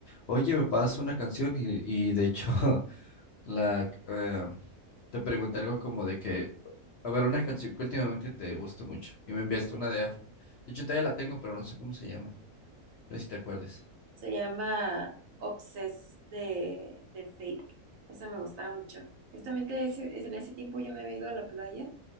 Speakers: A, on the left (about 60°); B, on the right (about 65°).
A: oye, me pasas una canción y, y de hecho, <laughs> la, eh, te pregunté algo como de que, a ver, una canción que últimamente te guste mucho y me enviaste una de Afro. De hecho, todavía la tengo, pero no sé cómo se llama, no sé si te acuerdes.
B: Se llama Obsess de, de Fake. Eso me gustaba mucho. Justamente ese- en ese tiempo yo me había ido a la playa